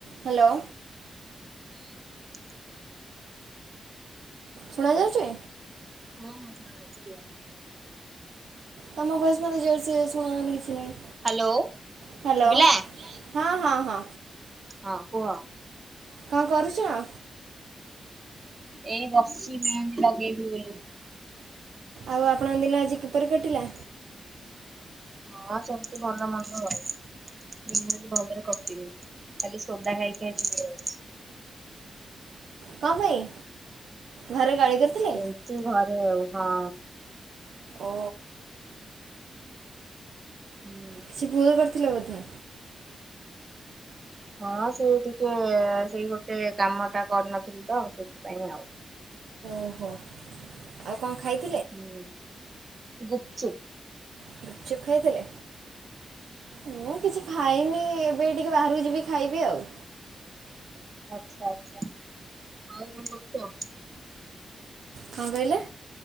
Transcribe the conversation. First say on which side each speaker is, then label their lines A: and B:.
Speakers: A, on the right; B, on the right.
A: ହ୍ୟାଲୋ।
B: ହୁଁ ତୁ
A: ଶୁଣା ଯାଉଛି?
B: ହଁ ହଁ ଶୁଣାଯାଉଛି କୁହ।
A: ତମ ବଏସ୍ ମତେ ଜରସେ ଶୁଣା ଯାଉନି କିଛି ନାହିଁ
B: ହ୍ୟାଲୋ
A: ହ୍ୟାଲୋ
B: ଶୁଵିଲା।
A: ହଁ ହଁ ହଁ।
B: ହଁ କୁହ।
A: କଣ କରୁଛ?
B: ଏଇ ବସିିଚି ମେହେନ୍ତି ଲଗେଇବି ବୋଲି।
A: ଆଉ ଆପଣଙ୍କ ଦିନ ଆଜି କିପରି କଟିଲା?
B: ହଁ ସେମିତି ଭଲ ମନ୍ଦ ହଉ। ଦିନ ଆଜି ଭଲରେ କଟିନି ଖାଲି ସୋଦା ଖାଇକି ଆଜି ଆଜି ଯାଇଛି।
A: କଣ ପାଇଁ ଘରେ ଗାଳି କରିଥିଲେ
B: ଏମତି ଘରେ ଆଉ ହଁ।
A: ଓ।
B: ହୁଁ।
A: କିଛି ଭୁଲ କରିଥିଲେ ବୋଧେ?
B: ହଁ ସିଏ ଟିକେ ସେଇ ଗୋଟେ କାମଟା କରିନଥିଲ ତ ସେଥିପାଇଁ ଆଉ।
A: ଓହୋ ଆଉ କଣ ଖାଇଥିଲ?
B: ହୁଁ ଗୁପ୍ ଚୁପ୍।
A: ଗୁପଚୁପ ଖାଇଥିଲେ? ମୁଁ କିଛି ଖାଇନି ଏବେ ଟିକେ ବାହାରକୁ ଯିବି ଖାଇବି ଆଉ।
B: ଆଛା ଆଛା ଆଉ କଣ କରୁଛ?
A: କଣକହିଲେ?